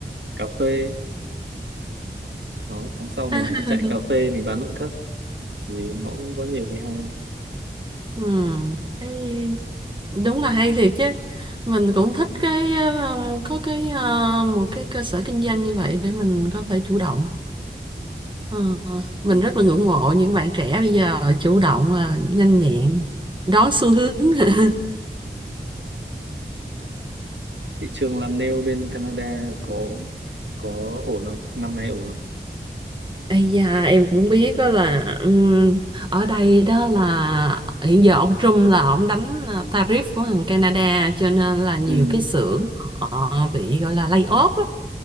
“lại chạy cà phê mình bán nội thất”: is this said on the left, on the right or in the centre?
Right